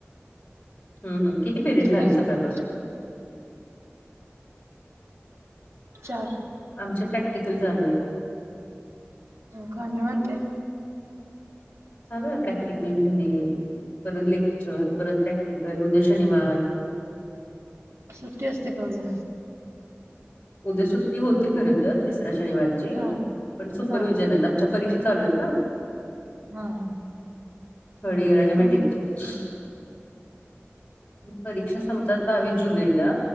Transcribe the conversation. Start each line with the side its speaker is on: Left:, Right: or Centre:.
Left: हम् हम किती पिरियड
Right: तुमचं
Left: झाले
Right: काय
Left: सकाळपासून
Right: सुरू आहे चार
Left: आमच्या प्रॅक्टिकल चालू आहे
Right: हो का निवांते
Left: चालू आहे प्रॅक्टिकल घेणे, परत लेक्चर, परत प्रॅक्टिकल, उद्या शनिवार
Right: सुट्टी असते का उद्या
Left: उद्या सुट्टी होती खर तर तिसऱ्या शनिवार ची
Right: हा
Left: पण सुपरविजन
Right: हा
Left: आहेत आमच्या परीक्षा चालू आहेत ना
Right: हा हा
Left: थर्ड इयर आणि बीटेकच्या
Right: त्यामुळे-
Left: परीक्षा संपतात बावीस जुलैला